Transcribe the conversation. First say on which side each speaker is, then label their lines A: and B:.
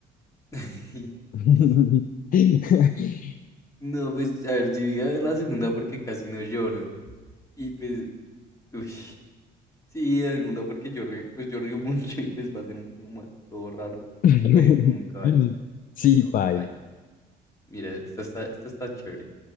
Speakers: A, on the left (about 20°); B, on the left (about 55°).
A: <laughs>
B: <laughs>
A: No, pues, a ver, diría la segunda porque casi no lloro. Y pues, uy. Sí, la segunda porque yo, re- pues, yo río <laughs> mucho y pues va a ser como más todo raro
B: <laughs>
A: reír como un caballo.
B: Sí,
A: No,
B: paila.
A: baila. Mira, esta está, esta está chévere.